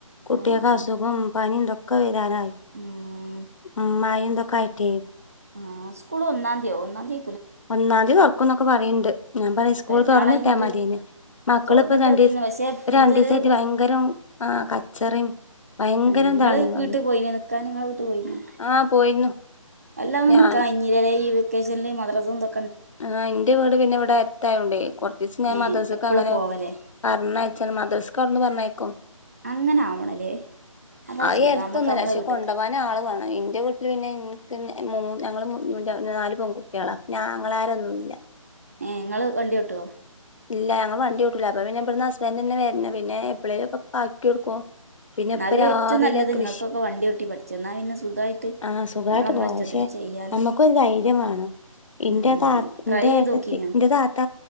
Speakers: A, on the left; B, on the right.
A: കുട്ട്യേക്ക്‌
B: ആഹ്
A: അസുഖം പനിം തൊക് ക്ക വരാറായി
B: ഉം
A: ഉം മയിം തൊക്കെ ആയിട്ടേ
B: ആഹ് സ്കൂൾ ഒന്നാംന്ത്യോ ഒന്നാന്തി
A: ഒന്നാംന്തി തൊറക്കേന്നൊക്കെ പറിണ്ട് ഞാൻ പറയാ സ്കൂള്
B: പെരുന്നാള്
A: തൊർന്ന്ട്ട്യാ
B: കഴിഞ്ഞിട്ട്
A: മത്യേഞ് മക്കളിപ്പോ
B: തൊറന്നിട്ടതേനു
A: രണ്ടിസ
B: പക്ഷെ
A: രണ്ടീസായിട്ട്
B: ഇതുവരെ
A: ഭയങ്കരം ആഹ് കച്ചറിം ഭയങ്കരം
B: ഉം ങ്ങള്
A: ഇതാണ്
B: വീട്ടി
A: അവര്
B: പോയിന്യോ നിക്കാൻ നിങ്ങള് വീട്ട് പോയിന്യോ
A: ആ പോയിരുന്നു
B: എല്ലാം
A: ഞാന്
B: നിക്കായിഞ്ഞില്ലെ ഈ വെക്കേഷനി മദ്രസും തൊ
A: ആഹ് ന്റെ വീട് പിന്നെ ഇവിടെ അടുത്തായോണ്ടേ കൊർച്ചീസം ഞാൻ
B: ഏ
A: മദ്റസക്കങ്ങനെ
B: എപ്പളും പോവലേ
A: പറഞ്ഞയച്ചൻ മദ്രസ്കവിട്ന്ന് പറഞ്ഞയക്കും
B: അങ്ങനെ ആവണല്ലേ അതാ
A: അഎടുത്തൊന്നുംല്ല
B: സുഖം നമ്മക്ക് നമ്മളെ
A: പക്ഷെ
B: വീട്ട്ക്ക്
A: കൊണ്ടോവാൻ ആള് വേണം ഇന്റെ വി ല്ല്പിന്നെ എങ്ങൾക്ക് മൂ ഞങ്ങള് നാല് പെൺകുട്ട്യേളാണ് ഞാങ്ങളാരൊന്നുല്ല
B: ഏഹ് ഇങ്ങള് വണ്ട്യോട്ടോ
A: ഇല്ല ഞങ്ങൾ വണ്ട്യോട്ടൂല അപ്പൊ പിന്നെ ഇവിടുന്ന് ഹസ്ബൻറ്ന്നെ വര്ണ പിന്നെ എപ്പളേലൊക്ക പ്പ ആക്ക്യോടുക്കു പിന്നെ
B: എന്നാലും
A: ഇപ്പൊ രാവിലെ
B: ഏറ്റവും നല്ലത്
A: കൃഷി
B: ഇങ്ങക്കൊക്കെ വണ്ടി ഓട്ടി പഠിച്ചാ എന്നാ പിന്നെ സുഖായിട്ട്
A: ആഹ് സുഖായിട്ട്
B: നമ്മള് നമ്മളെ
A: പോവാ
B: ഇഷ്ടത്തിന്
A: പക്ഷെ
B: ചെയ്യാലോ
A: നമുക്കൊരു ധൈര്യം വേണം ഇന്റെത
B: ഉം
A: ഇന്റെ
B: ട്രൈ ചെയ്ത്
A: ഏട്ടത്തി
B: നോക്കീനോ
A: ഇന്റെ താത്ത